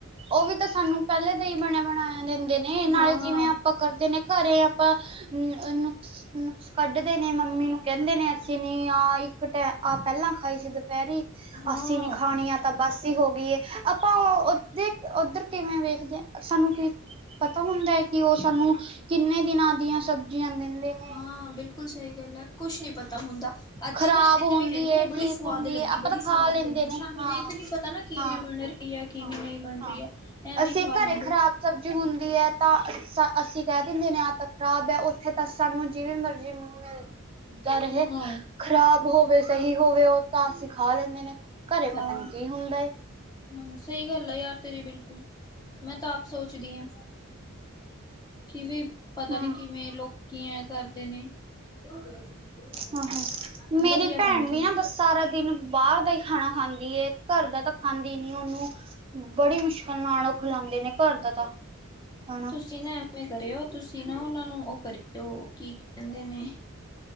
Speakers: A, on the right (about 25°); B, on the left (about 20°).
A: ਉਹ ਵੀ ਤਾਂ, ਸਾਨੂੰ ਪਹਿਲੇ ਦਾ ਹੀ ਬਣਿਆ -ਬਣਾਇਆ ਦਿੰਦੇ ਨੇ, ਨਾਲੇ
B: ਹਾਂ,
A: ਜਿਵੇਂ ਆਪਾਂ ਕਰਦੇ ਨੇ ਘਰੇ ਆਪਾਂ ਨੁਕਸ ਨੁਕਸ ਕੱਢਦੇ ਨੇ ਮੰਮੀ ਨੂੰ, ਕਹਿੰਦੇ ਨੇ ਅਸੀ ਨੀ ਆਹ ਇੱਕ ਆਹ ਪਹਿਲਾਂ ਖਾਈ ਸੀ ਦੁਪਹਿਰੀ
B: ਹਾਂ,
A: ਅੱਸੀ ਨੀ ਖਾਣੀ ਆ, ਤਾਂ ਬਸੀ ਹੋ ਗਈ ਆਪਾਂ ਉਧਰ -ਉੱਧਰ ਕਿਵੇਂ ਵੇਖਦੇ। ਸਾਨੂੰ ਕੀ, ਪਤਾ ਹੁੰਦਾ ਹੈ ਕਿ ਉਹ ਸਾਨੂੰ ਕਿੰਨੇ ਦਿਨਾਂ ਦੀਆਂ ਸਬਜ਼ੀਆਂ ਦਿੰਦੇ। ਨੇ
B: ਹਾਂ ਬਿਲਕੁਲ ਸਹੀ ਗੱਲ ਹੈ, ਕੁਛ ਨੀ ਪਤਾ ਹੁੰਦਾ। ਅਤੇ
A: ਖ਼ਰਾਬ
B: ਨਾ ਐਵੇਂ
A: ਹੁੰਦੀ
B: ਕੈਂਦੇ
A: ਏ,
B: ਨੇ ਬੜੀ
A: ਠੀਕ
B: ਸਵਾਦ
A: ਹੁੰਦੀ
B: ਲੱਗੀ
A: ਏ, ਆਪਾਂ
B: ਬੜੀ
A: ਤਾਂ
B: ਸਵਾਦ
A: ਖਾ ਲੈਂਦੇ
B: ਲੱਗੀ
A: ਨੇ
B: ਸਾਨੂੰ
A: ਹਾਂ।
B: ਇਹ ਤੇ ਨੀ ਪਤਾ ਨਾ ਕਿਵੇਂ
A: ਹਾਂ,
B: ਬਣ
A: ਹਾਂ,
B: ਰੇ ਕਿਵੇਂ ਬਨ ਰਈ ਐ ਕਿਵੇਂ
A: ਹਾਂ,
B: ਨਈ ਬਨ
A: ਹਾਂ।
B: ਰਈ ਐ ਐਵੇਂ
A: ਅਸੀਂ
B: ਖਵਾ ਲੈਂਦੇ
A: ਘਰੇ ਖ਼ਰਾਬ
B: ਆ।
A: ਸਬਜ਼ੀ ਹੁੰਦੀ ਐ ਤਾਂ ਅਸੀਂ ਕਹਿ ਦਿੰਦੇ ਨੇ ਤਾਂ ਖ਼ਰਾਬ ਐ ਓਥੇ ਤਾਂ ਸਾਨੂੰ ਜਿਵੇਂ ਮਰਜ਼ੀ ਕਿਵੇਂ ਦਰ
B: ਹਾਂ,
A: ਹੇ ਖ਼ਰਾਬ ਹੋਵੇ ਸਹੀ ਹੋਵੇ ਓਹ ਤਾਂ ਅਸੀਂ ਖਾ ਲੈਂਦੇ ਨੇ, ਘਰੇ
B: ਹਾਂ।
A: ਪਤਾ ਨੀ ਕੀ ਹੁੰਦਾ ਏ।
B: ਹਾਂ ਸਹੀ ਗੱਲ ਆ ਯਾਰ ਤੇਰੀ ਬਿਲਕੁਲ, ਮੈਂ ਤਾਂ ਆਪ ਸੋਚਦੀ ਆਂ। ਕਿਵੇਂ ਪਤਾ
A: ਹੂੰ
B: ਨੀ ਕਿਵੇਂ ਲੋਕ ਕੀ ਐ ਕਰਦੇ ਨੇ, ਓ ਗਈ ਓ ਗਈ,
A: ਹਾਂ ਹਾਂ ਮੇਰੀ
B: ਵਦੀਆ
A: ਭੈਣ
B: ਬਨਦੀ
A: ਵੀ
B: ਐ।
A: ਨਾ ਬਸ ਸਾਰਾ ਦਿਨ ਬਾਰ ਦਾ ਈ ਖਾਨਾ ਖਾਂਦੀ ਏ, ਘਰ ਦਾ ਤਾਂ ਖਾਂਦੀ ਨੀ ਓਨੂੰ। ਬੜੀ ਮੁਸ਼ਕਲ ਨਾਲ ਓ ਖਲਾਉਂਦੇ ਨੇ, ਘਰ ਦਾ ਤਾਂ ਖਾਨਾ।
B: ਤੁਸੀਂ ਨਾ ਐਮੈ ਕਰਿਓ ਤੁਸੀਂ ਨਾ ਓਨਾਂ ਨੂੰ ਓ ਕਰਿਓ ਕੀ ਕੈਂਦੇ ਨੇ